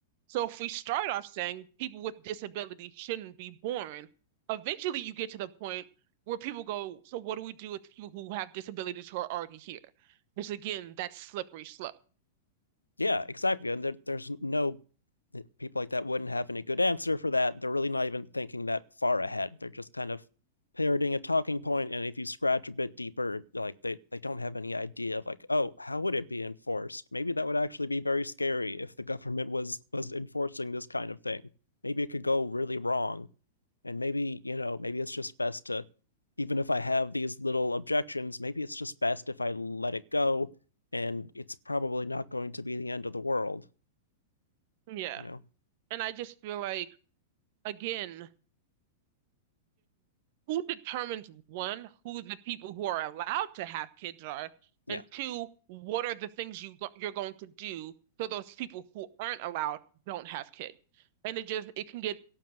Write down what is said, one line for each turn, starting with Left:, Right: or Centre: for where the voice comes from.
Right: So if we start off saying people with disabilities shouldn't be born, eventually you get to the point where people go, so what do we do with people who have disabilities who are already here? It's again that slippery slope.
Left: Yeah, exactly. And there, there's no eh, people like that wouldn't have any good answer for that. They're really not even thinking that far ahead. They're just kind of parroting a talking point, point. and if you scratch a bit deeper, like they they don't have any idea of like, oh, how would it be enforced? Maybe that would actually be very scary if the government was was enforcing this kind of thing. Maybe it could go really wrong and maybe you know maybe it's just best to even if i have these little objections maybe it's just best if i let it go and it's probably not going to be the end of the world
Right: Yeah.
Left: you know
Right: And I just feel like again, who determines one, who the people who are allowed to have kids are,
Left: yeah
Right: and two, what are the things you go you're going to do so those people who aren't allowed don't have kids. And it just it can get